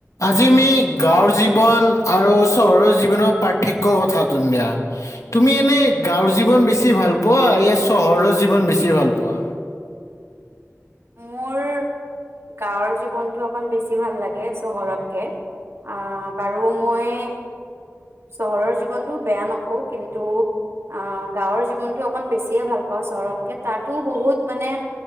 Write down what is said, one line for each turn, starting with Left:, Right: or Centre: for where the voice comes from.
Left: আজি মমি গাঁৱৰ জীৱন আৰু চহৰৰ জীৱনৰ পাৰ্থক্য কথাটো দিয়া তুমি এনে গাঁৱৰ জীৱন বেছি ভাল পোৱা ই চহৰৰ জীৱন বেছি ভাল পোৱা
Right: মোৰ গাঁৱৰ জীৱনটো অকণ বেছি ভাল লাগে চহৰতকে আহ বাৰু মই চহৰৰ জীৱনটো বেয়া নকওঁ কিন্তু আহ গাঁৱৰ জীৱনটো অকণ বেছিয়ে ভাল পাওঁ চহৰতকে তাতো বহুত মানে